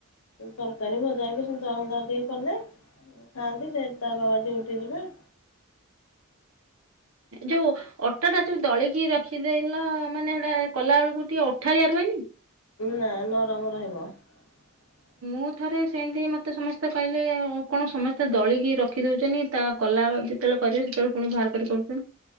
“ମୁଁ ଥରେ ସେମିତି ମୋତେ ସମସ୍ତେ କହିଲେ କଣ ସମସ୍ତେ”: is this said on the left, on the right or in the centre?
Right